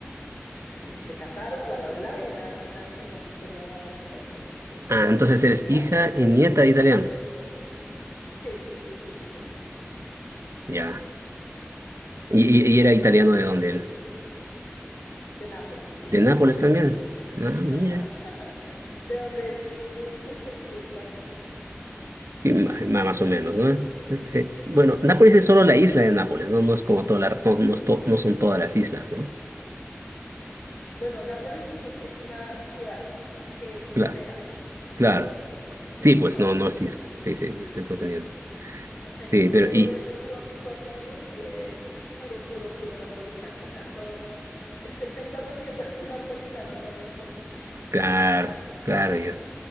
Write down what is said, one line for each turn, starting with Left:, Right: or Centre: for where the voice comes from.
Left: y se casaron, bla, bla, bla, y una, una hermosa historia de amor que también eh, pues,
Right: Ah,
Left: es
Right: entonces
Left: otra.
Right: eres
Left: ¿Ya?
Right: hija y nieta de italiano.
Left: Sí, sí, sí, sí, señor.
Right: Ya. ¿Y, y- y era italiano de dónde él?
Left: De Nápoles, sí.
Right: ¿De Nápoles también? Ah, mira.
Left: Ajá. <laughs> ¿De dónde es tú? <laughs> Sí, exacto.
Right: Sí, ma- ma- más o menos, ¿no? Entonces, eh, bueno,
Left: Sí,
Right: Nápoles
Left: sí,
Right: es
Left: sí,
Right: solo
Left: hay
Right: la
Left: más
Right: isla
Left: o menos.
Right: de Nápoles, ¿no? No es como toda la, no, no es to- no son todas las islas, ¿no?
Left: Bueno, Nápoles es un, es una ciudad que costera.
Right: Claro, claro. Sí,
Left: Ajá.
Right: pues no, no es isla. Sí, sí, yo estoy comprendiendo.
Left: <laughs>
Right: Sí, pero
Left: Pero
Right: y,
Left: el, tu, ap- tu apellido sí es puro, puro, puro napolitano. O sea, todos, el 70% de los napolitanos <laughs> son expósitos.
Right: claro, claro, yo.